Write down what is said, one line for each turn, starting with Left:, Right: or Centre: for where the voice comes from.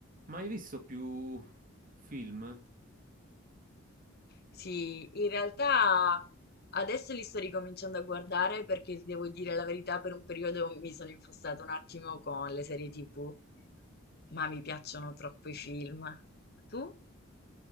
Right: Ma hai visto più film?
Left: Sì, in realtà adesso li sto ricominciando a guardare perché ti devo dire la verità, per un periodo mi sono infossata un attimo con le serie TV, ma mi piacciono troppo i film. Tu?